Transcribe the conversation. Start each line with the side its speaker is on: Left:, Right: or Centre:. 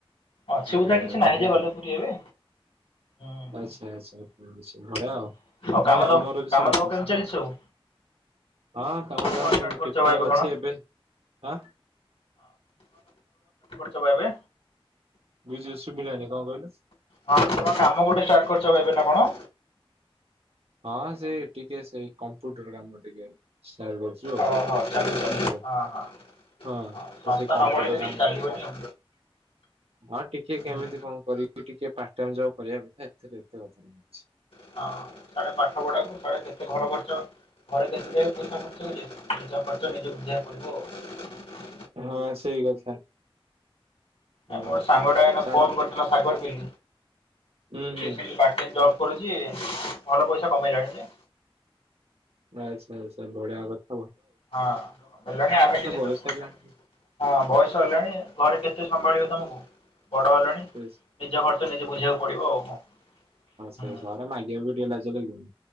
Left: ଅସୁବିଧା
Right: ଆରେ ଆରେ
Left: କିଛି ନାହିଁ
Right: ବଢିଆ
Left: ଯେ ଗଲେ ପୁରୀ ଏବେ ଆଉ
Right: ଆଚ୍ଛା ଆଚ୍ଛା ବୁଝିଲି। ବଢିଆ ଆଉ। ନାଇଁ
Left: କାମ
Right: ଆମର
Left: ଦାମ
Right: ବି
Left: କାମ
Right: ସେମିତି
Left: ଦାମ କେମିତି ଚାଲିଛି ସବୁ?
Right: ହଁ କାମ
Left: ନୂଆ
Right: ଦାମ
Left: ଷ୍ଟାର୍ଟ
Right: ସେମିତି
Left: କରିଛ
Right: ଠିକ
Left: ବା
Right: ଠାକ ଅଛି
Left: କଣ
Right: ଏବେ ହଁ।
Left: ଚ ବା ଏବେ?
Right: ବୁଝି ଶୁବିଲାନି କଣ କହିଲୁ?
Left: ହଁ ତ କାମ ଗୋଟେ ଷ୍ଟାର୍ଟ କରିଛ ଏଵେ ନା କଣ?
Right: ହଁ ସେ ଟିକେ ସେଇ କ କମ୍ପ୍ୟୁଟର କାମ ଟିକେ ଷ୍ଟାର୍ଟ କରିଛୁ ଆଉ
Left: ଓହୋ ଚାଲୁ ଚାଲୁ
Right: ବୁଝିଲୁ
Left: ହଁ ହଁ।
Right: ହଁ
Left: ସଂସ୍ଥା
Right: ସେ କମ୍ପୁଟର
Left: ନ ବଢ଼େଇଲେ କିଛି
Right: କାମ
Left: ଚାଲିବନି ଆଉ।
Right: ହଁ ଟିକେ କେମିତି
Left: ହୁଁ
Right: କଣ କରିକି ଟିକେ ପା ପାଟ ଟାଇମ ଜବ କରିବାଥା ଏଥିରେ ଏତେ କଥା କିଛି ନାଇଁ ।
Left: ହଁ। ସ଼ାଡେ ପାଠ ପଢ଼ାକୁ ସ଼ାଡେ କେତେ ଘର ଖର୍ଚ୍ଚ ଘରେ କେତେ ପଇସା ଖର୍ଚ୍ଚ କରିବେ ନିଜ ଖର୍ଚ୍ଚ ନିଜେ ବୁଝିବାକୁ ପଡିବ ଆଉ।
Right: ହଁ ସେଇ କଥା। ସେଇ
Left: ଆ ମୋର
Right: କଥା
Left: ସାଙ୍ଗଟା ଏନା
Right: ଚାଲ
Left: ଫୋନ୍ କରିଥିଲା ସାଗର ଵୋଲି
Right: ହୁଁ ହୁଁ
Left: ସେ ସେମିତି ପାର୍ଟ ଟାଇମ୍ ଜବ କରୁଛି ଭଲ ପଇସା କମେଇଲାଣି ଯେ।
Right: ଆଚ୍ଛା ଆଚ୍ଛା ବଢିଆ କ
Left: ହଁ ହେଲାଣି ଆମେ ହଁ
Right: ବୟସ ହେଲାଣି ଟିକେ
Left: ବୟସ ହେଲାଣି ଘରେ କେତେ ସମ୍ଭାଳିବ ତମକୁ ବଡ଼ ହେଲଣି
Right: <unintelligible> ହଁ
Left: ନିଜ ଖର୍ଚ୍ଚ ନିଜେ ବୁଝିବାକୁ ପଡ଼ିବ ଆଉ କଣ ହୁଁ।
Right: ସେଇ ଘରେ ମାଗିବାକୁ ଟିକେ ଲାଜ ଲାଗିବ।